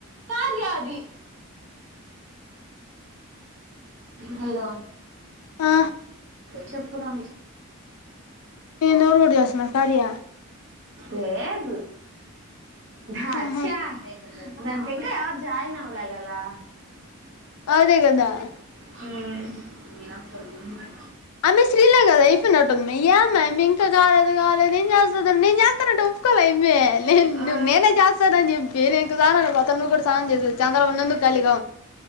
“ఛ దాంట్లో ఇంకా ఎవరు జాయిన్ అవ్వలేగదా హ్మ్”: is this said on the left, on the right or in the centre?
Right